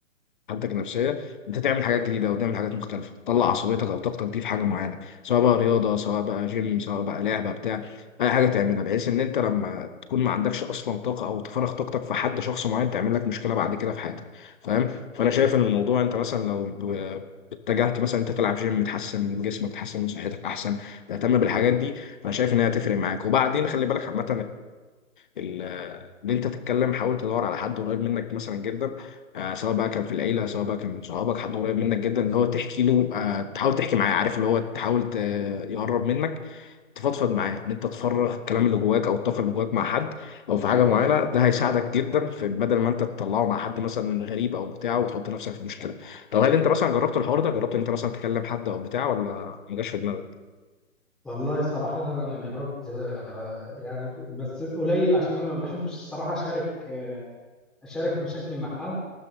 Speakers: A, on the left; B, in the centre.
A: حالتك النفسيه انت تعمل حاجات جديده او تعمل حاجات مختلفه تطلع عصبيتك او طاقتك دي في حاجه معينه سواء بقى رياضه سواء بقى جيم سواء بقى لعبه بتاع اي حاجه تعملها بحيث ان انت لما تكون ما عندكش اصلا طاقه او تفرغ طاقتك في حد شخص معين تعمل لك مشكله بعد كده في حياتك فاهم فانا شايف ان الموضوع انت مثلا لو ب- اتجهت مثلا انت تلعب جيم تحسن من جسمك تحسن من صحتك احسن تهتم بالحاجات دي فانا شايف ان هي هتفرق معاك وبعدين خلي بالك عامه ال- ان انت تتكلم حاول تدور على حد قريب منك مثلا جدا آه، سواء بقى كان في العيله سواء بقى كان من صحابك حد قريب منك جدا اللي هو تحكي له آه، تحاول تحكي معاه عارف اللي هو تحاول ت- يقرب منك تفضفض معاه ان انت تفرغ الكلام اللي جواك او الطاقه اللي جواك مع حد او في حاجه معينه ده هيساعدك جدا في بدل ما انت تطلعه مع حد مثلا غريب او بتاع وتحط نفسك في مشكله طب هل انت مثلا جربت الحوار ده جربت ان انت مثلا تكلم حد او بتاع ولا ما جاش في دماغك؟
B: والله صراحة أنا جربت آه، يعني بس قليل عشان أنا ما بحبش الصراحة أشارك آه، أشارك مشاكلي مع حد